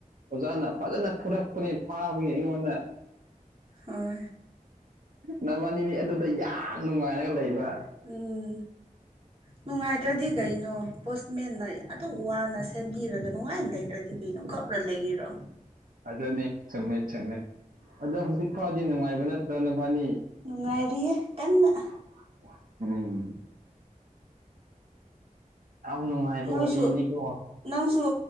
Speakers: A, on the right; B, on the right.
A: ꯑꯣꯖꯥꯅ ꯐꯖꯅ ꯐꯨꯔꯛꯄꯅꯦꯥ ꯏꯉꯣꯟꯗ
B: ꯍꯣꯏ
A: ꯅꯃꯅꯤ ꯃꯤ ꯑꯗꯨꯗ ꯌꯥꯝ ꯅꯨꯡꯉꯥꯏꯔꯒ ꯂꯩꯕ
B: ꯎꯝ ꯅꯨꯡꯉꯥꯏꯇ꯭ꯔꯗꯤ ꯀꯩꯅꯣ ꯄꯣꯁꯃꯦꯟꯅ ꯑꯗꯨꯝ ꯋꯥꯅ ꯁꯦꯝꯕꯤꯔꯒ ꯅꯨꯡꯉꯥꯏꯅ ꯂꯩꯇ꯭ꯔꯗꯤ ꯀꯩꯅꯣ ꯀꯞꯅ ꯂꯩꯔꯣ
A: ꯑꯗꯨꯅꯤ ꯆꯨꯝꯃꯦ ꯆꯨꯝꯃꯦ ꯑꯗꯣ ꯍꯧꯖꯤꯛ ꯐꯥꯎꯗꯤ ꯅꯨꯡꯉꯥꯏꯕ ꯅꯠꯇ꯭ꯔꯣꯅꯕꯥꯅꯤ
B: ꯅꯨꯡꯉꯥꯏꯔꯤꯌꯦ ꯀꯟꯅ
A: ꯑ ꯌꯥꯝ ꯅꯨꯡꯉꯥꯏꯕ
B: ꯅꯣꯏꯁꯨ
A: ꯋꯥꯔꯤꯅꯤꯀꯣ
B: ꯅꯪꯁꯨ